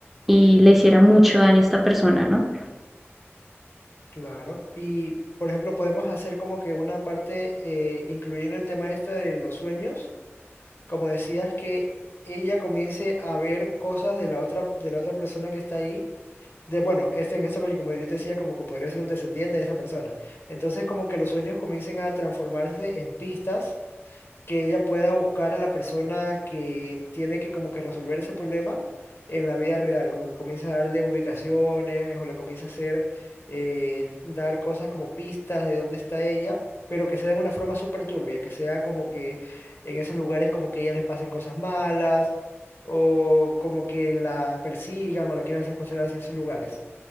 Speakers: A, in the centre; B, on the left.
A: y le hiciera mucho daño a esta persona, ¿no?
B: Claro, y por ejemplo podemos hacer como que una parte eh, incluyendo el tema este de los sueños como decías, que ella comience a ver cosas de la otra, de la otra persona que está ahí. De, bueno, este en caso, como yo te decía, como que podría ser un descendiente de esa persona. Entonces, como que los sueños comiencen a transformarse en pistas que ella pueda buscar a la persona que tiene que como que resolver ese problema en la vida real, como que comienza a darle ubicaciones o le comienza a hacer, eh, dar cosas como pistas de dónde está ella, pero que sea de una forma súper turbia, que sea como que en esos lugares como que a ella les pasen cosas malas o como que la persigan o la quieran secuestrar hacia esos lugares.